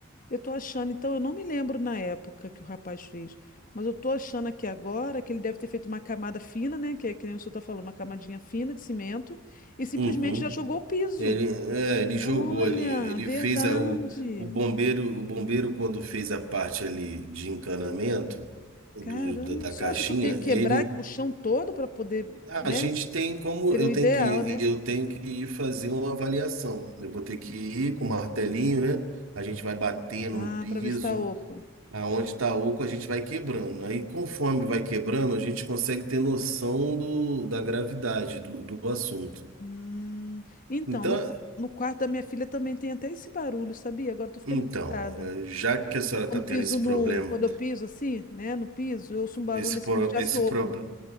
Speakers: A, on the left (about 40°); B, on the right (about 70°).
A: Eu tô achando, então eu não me lembro na época que o rapaz fez, mas eu tô achando aqui agora que ele deve ter feito uma camada fina, né? Que é que nem o senhor tá falando, uma camadinha fina de cimento, e simplesmente
B: Uhum.
A: já jogou o piso.
B: Ele, é, ele jogou
A: Olha,
B: ali, ele
A: verdade.
B: fez a, o, o bombeiro, o bombeiro quando fez a parte ali de encanamento do,
A: Caramba,
B: da da
A: o senhor
B: caixinha,
A: acha que eu tenho que quebrar
B: ele
A: o chão todo para poder,
B: A
A: né?
B: gente tem como
A: Seria
B: eu
A: o ideal,
B: tenho que ir,
A: né?
B: eu tenho que ir fazer uma avaliação. Eu vou ter que ir com o martelinho, né? A gente vai batendo
A: Ah,
B: no piso,
A: para ver se tá oco.
B: aonde tá oco a gente vai quebrando. Aí conforme vai quebrando, a gente consegue ter noção do, da gravidade do, do assunto.
A: Hum, então,
B: Então,
A: no, qua- no quarto da minha filha também tem até esse barulho, sabia? Agora eu tô ficando
B: então,
A: encucada.
B: eh, já que a senhora está
A: Quando
B: tendo
A: piso
B: esse
A: no,
B: problema,
A: quando eu piso assim, né, no piso, eu ouço um barulho
B: esse,
A: assim
B: pro-
A: como se tivesse
B: esse
A: oco.
B: problema